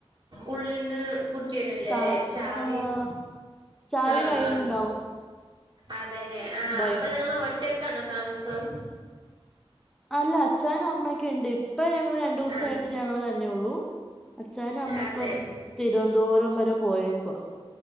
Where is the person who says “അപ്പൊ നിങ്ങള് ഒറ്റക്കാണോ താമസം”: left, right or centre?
Right